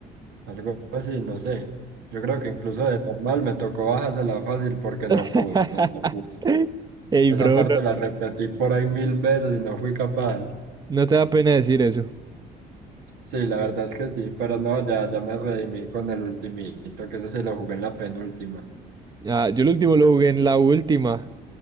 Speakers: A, on the right; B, on the right.
A: algo así, no sé. Yo creo que incluso de normal me tocó bajársela fácil porque
B: <laughs>
A: no pude, no pude.
B: Ey,
A: Esa
B: bro,
A: parte
B: no,
A: la repetí por ahí mil veces y no fui capaz.
B: no te da pena decir eso.
A: Sí, la verdad es que sí, pero no, ya, ya me redimí con el ultimito, que ese se lo jugué en la penúltima.
B: Ah, yo el último lo jugué en la última.